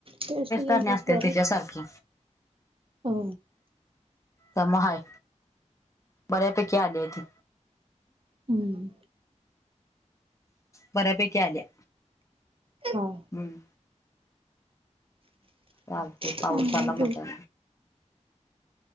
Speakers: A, on the right; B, on the left.
A: टेस्ट घलाच
B: आणि असते
A: <unintelligible> बर.
B: तिच्यासारखी
A: हो.
B: त्यामुळं हाय. बऱ्यापैकी आले आहे तिथ.
A: हं.
B: बऱ्यापैकी आलिया.
A: हा
B: हं, चालते,
A: चांगलं
B: पाऊसाला
A: आहे ते
B: मोठा.